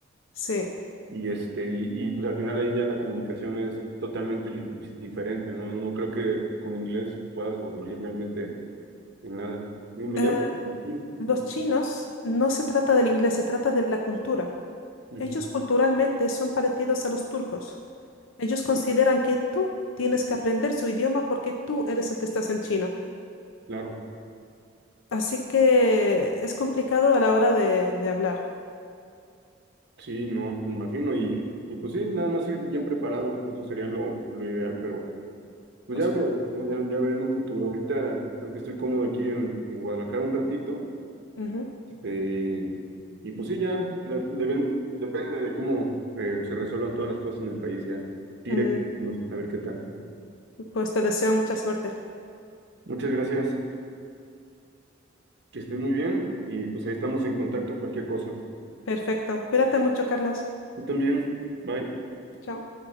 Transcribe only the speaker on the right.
y este y, y, pues al final ahí ya la comunicación es totalmente di- di- diferente, ¿no? No creo que con inglés pueda sobrevivir realmente en nada. Y me
llama. Ujú,
ujú,
ujú,
Claro,
sí, no, me imagino y, y pues sí, nada más ir bien preparado, eso sería lo, lo ideal, pero Pues
ya
veré, ¿no? Ya, ya veré en un futuro. Ahorita creo que estoy cómodo aquí en, en Guadalajara un ratito.
eh, y pues sí, ya de- deben- depende de cómo eh, se resuelvan todas las cosas en el país ya. Directo,
a ver qué tal.
Muchas gracias, que estén muy bien y pues ahí estamos en contacto, cualquier cosa.
Tú también, bye.